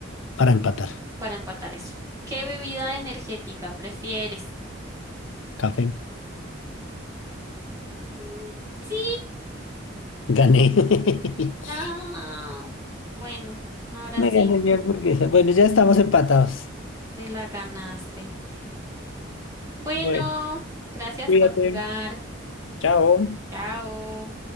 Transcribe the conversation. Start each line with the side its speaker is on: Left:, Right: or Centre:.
Left: Para empatar.
Right: para empatar eso. ¿Qué bebida energética prefieres?
Left: Café.
Right: Mm, Sí,
Left: Gané. <laughs>
Right: no. Bueno, ahora
Left: Me
Right: sí,
Left: gané mi hamburguesa. Bueno, ya estamos empatados.
Right: te la ganaste. Bueno,
Left: Bueno,
Right: gracias
Left: cuídate.
Right: por jugar.
Left: Chao.
Right: Chao.